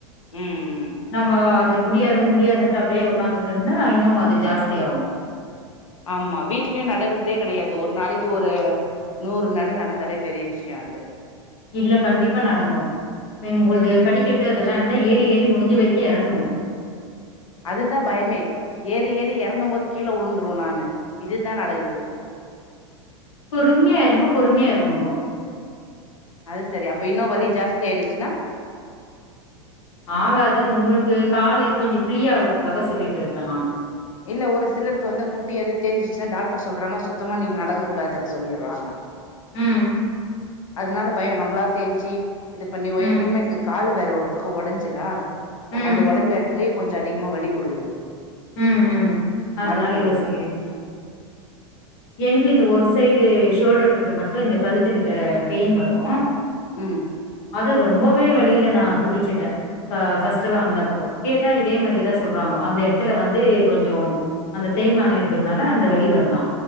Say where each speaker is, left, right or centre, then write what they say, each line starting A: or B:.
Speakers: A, on the left (about 80°); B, on the left (about 55°).
A: ம்
B: நம்ம முடியாது முடியாதுன்ட்டு அப்டே ஒக்காந்துட்ருந்தா இன்னு அது ஜாஸ்தி ஆவு
A: ஆமா வீட்லியு நடக்கற்தே கெடயாது ஒர் நாளக்கி ஒரு நூறு நட நடந்தாலே பெரிய விஷ்யோ அது
B: இல்ல கண்டிப்பா நடங்கோ <unintelligible> படிக்கட்டு அதெல்லா இருந்தா ஏறி ஏறி முடிஞ்ச வரைக்கு எறங்குங்கோ
A: அதுதா பயமே ஏறி ஏறி எறங்கம்போது கீழ வுழ்ந்துருவே நானு இதுதா நடக்குது
B: பொறுமயா ஏறுங்கோ பொறுமயா எறங்குங்கோ
A: அது செரி அப்ப இன்னு வலி ஜாஸ்தி ஆய்ருச்சுன்னா
B: ஆகாது உங்ளுக்கு காலு கொஞ்சோ ஃப்ரீ ஆவுறதுக்காக சொல்லிட்ருக்கே நானு
A: இல்ல ஒரு சிலருக்கு வந்து முட்டி அது தேஞ்சிச்சுனா டாக்டர் சொல்றாங்க சுத்தமா நீங்க நடக்க கூடாதுன் சொல்லிட்றாங்க
B: ம்
A: அதனால பயோ நம்ளா தேஞ்சி இது பண்ணி
B: ம்
A: ஏற்கனமே எனக்கு காலு வேற ஒரு பக்கோ ஒடன்ஞ்சிதா
B: ம்
A: அந்த ஒடஞ்ச எடத்துலே கொஞ்சோ அதிகமா வலி குடுக்குது
B: ம் ம் அதனால
A: நடக்கும்
B: யோசிக்கிறீங்
A: போது
B: எனக்கு இந்த ஒரு சைடு ஷோல்டர் கிட்ட மட்டு இந்த கழ்த்துக்கிட்ட பெயின் வரு
A: ம்
B: அது ரொம்பவே வலில நா துடிச்சுட்டே ப ஃபஸ்ட்டெல்லா வந்தப்போ கேட்டா இதே மாரிதா சொல்றாங்கோ அந்த த்துல வந்து கொஞ்சோ அந்த தேய்மானோ இருக்குறதுனால அந்த வலி வருதா